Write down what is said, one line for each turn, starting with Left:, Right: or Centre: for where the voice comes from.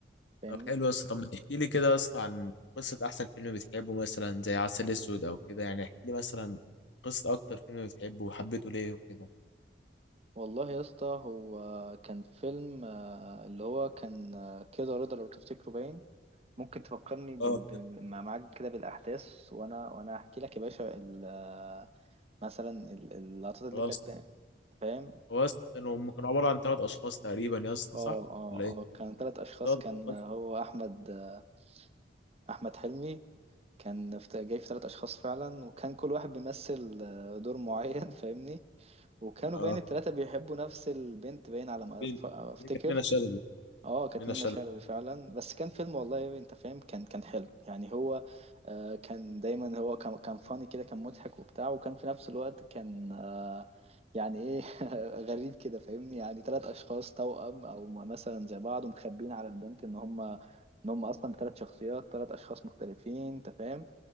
Right: فاهمني
Left: حلو يا اسطى طب ما تحكي لي كده يا اسطى عن قصه احسن فيلم بتحبه مثلا زي عسل اسود او كده يعني احكي لي مثلا قصه اكتر فيلم بتحبه وحبيته ليه وكده
Right: والله يا اسطى هو كان فيلم آه، اللي هو كان آه، كده رضا لو تفتكره باين ممكن تفكرني بال...
Left: اه
Right: بال... مع- معاك كده بالأحداث وأنا وأنا أحكي لك يا باشا ال... آه، مثلا ال- اللقطات
Left: خلاص
Right: اللي كانت فاهم
Left: هو أصلاً كانوا هم كانوا عبارة عن ثلاث أشخاص تقريبا يا اسطى
Right: اه
Left: صح؟
Right: اه
Left: ولا إيه؟
Right: اه كان ثلاث أشخاص
Left: ثلاث
Right: كان
Left: أشخاص
Right: هو أحمد آه، أحمد حلمي كان في- جاي في ثلاث أشخاص فعلا وكان كل واحد بيمثل آه، دور معين فاهمني وكانوا
Left: اه
Right: باين التلاتة بيحبوا نفس البنت باين على ما
Left: مين؟
Right: أتف- أفتكر
Left: هي كانت منى شلبي
Right: اه كانت
Left: منى
Right: منة
Left: شلبي
Right: شلبي فعلا بس كان فيلم والله انت فاهم كان كان حلو يعني هو آه كان دايما هو كان كان فاني كده كان مضحك وبتاع وكان في نفس الوقت كان آه يعني ايه <laughs> غريب كده فاهمني يعني ثلاث اشخاص توأم او مثلا زي بعض ومخبين على البنت ان هم ان هم اصلا بثلاث شخصيات ثلاث اشخاص مختلفين انت فاهم